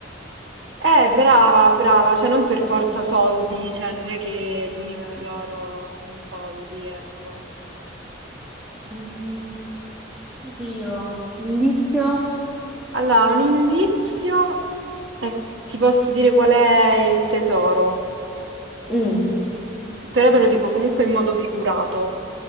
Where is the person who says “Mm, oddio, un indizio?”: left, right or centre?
Centre